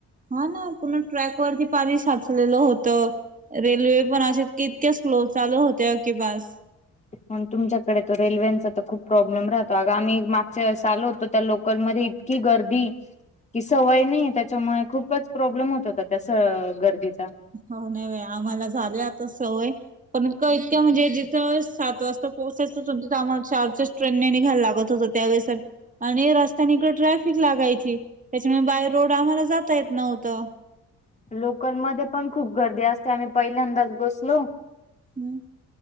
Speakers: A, on the right; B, on the left.
A: हा ना पुर्ण ट्रॅक वरती पाणी साच लेलं होत. रेल्वे पण अशे इतक्या स्लो चालू होत्या की बस
B: मंग तुमच्याकडे तर रेल्वेंचा तर खूप प्रॉब्लेम राहतो अग आम्ही मागच्या वेळेसं आलो होतो त्या लोकलमध्ये की गर्दी ती सवय नाहीय त्याच्यामुळे खूपच प्रॉब्लेम होत होता त्या स गर्दीचा
A: हो नाही बाई, आम्हाला झाले आता सवय पण इतक इतक्या म्हणजे जिथं सात वाजता पोचायचंच होत ना आम्हाला चारचा ट्रेनने निघायला लागत होतं त्यावेळेस आणि रस्त्यान इकड ट्रॅफिक लागायची त्याच्यामुळे बाय रोड आम्हाला जाता येत नव्हतं
B: लोकलमध्ये पण खूप गर्दी असते आम्ही पहिल्यांदाच बसलो
A: हम्म